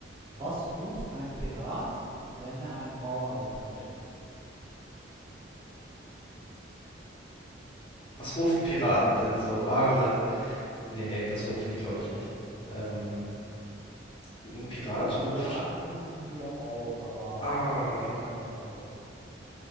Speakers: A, on the right (about 30°); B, on the left (about 25°).
A: Was ruft ein Pirat, wenn er einen Bauernhof entdeckt?
B: Was rufen Piraten denn so? Arr. Nee, das rufen die, glaube ich, nicht. Ähm, ein Pirat
A: Ja, doch,
B: ruft
A: A rufen die ja auch, aber
B: Arr.
A: wir meinen was anderes. <laughs>